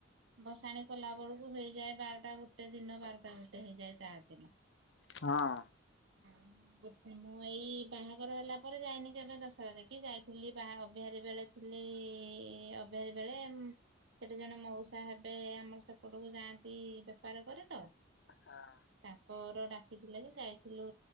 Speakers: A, on the right (about 65°); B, on the left (about 65°).
A: ଭସାଣି କଲା ବେଳକୁ ହେଇଯାଏ ବାରଟା ଗୋଟେ ଦିନ ବାରଟା ଗୋଟେ ହେଇଯାଏ ତାରି ଦିନ।
B: ହଁ
A: କଣ ଗୋଟେ ମୁଁ ଏଇ ବାହାଘର ହେଲା ପରେ ଯାଇନି କେବେ ଦଶହରା ଦେଖି ଯାଇଥିଲି ବାହା ଅବହାରୀ ବେଳେ। ଥିଲି ଏଇ ଅବହାରୀ ବେଳେ ମୁଁ ସେଠି ଜଣେ ମଉସା ହେବେ ଆମର ସେପଟକୁ ଯାଆନ୍ତି ବେପାର କରେ ତ।
B: ହଁ ଅଁ
A: ତାଙ୍କର ଡାକ୍ ଡାକିଥିଲେ ଯେ ଯାଇଥିଲୁ